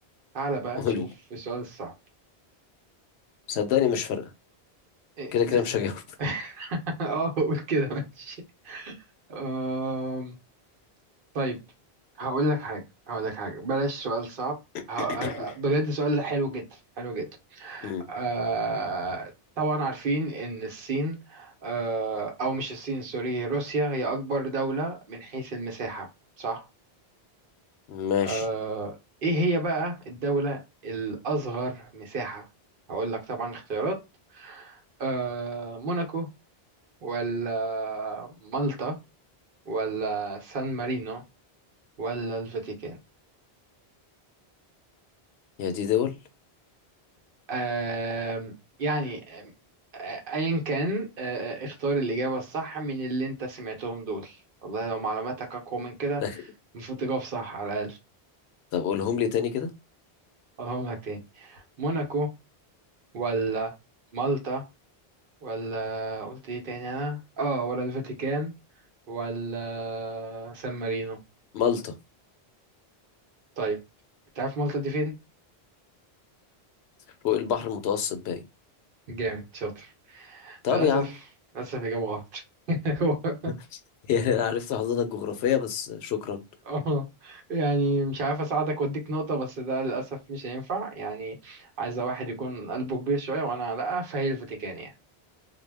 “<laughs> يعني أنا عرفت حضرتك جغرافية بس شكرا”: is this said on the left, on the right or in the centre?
Left